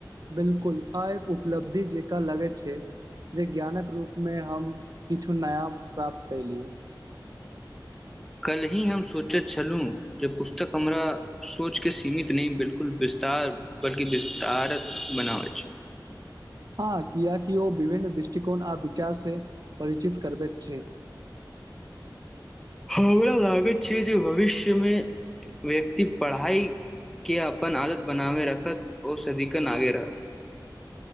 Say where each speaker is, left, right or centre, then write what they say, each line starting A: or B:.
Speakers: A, on the right (about 55°); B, in the centre.
A: बिलकुल आ एक उपलब्धि जेकरा लगै छै, जे ज्ञानक रूप मे हम किछु नया प्राप्त कलियै।
B: कलही हम सोचैत छलहुँ, जे पुस्तक हमरा सोचके सीमित नहि बिलकुल विस्तार बल्कि विस्तारत बनाबै छै।
A: हँ, कियाकि ओ विभिन्न दृष्टिकोण आ विचार से परिचित करबैत छै।
B: हमरा लागैत छै जे भविष्यमे व्यक्ति पढ़ाई के अपन आदत बनाबे रखत, सदिकन आगे रहत।